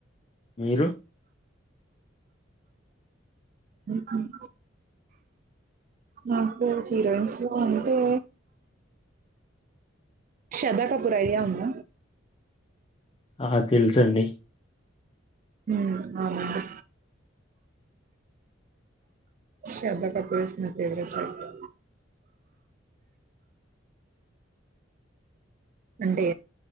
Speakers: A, on the left (about 25°); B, on the right (about 40°).
A: మీరు.
B: ఉమ్ ఉమ్. నాకు హీరోయిన్స్ లో అంటే. శ్రద్ధకపూర్ ఐడియా ఉందా.
A: ఆహ్ తెలుసు అండి.
B: ఉమ్ ఆమె అండి. శ్రద్ధా కాపూర్ ఇస్ నా ఫవరెట్ అండి. అంటే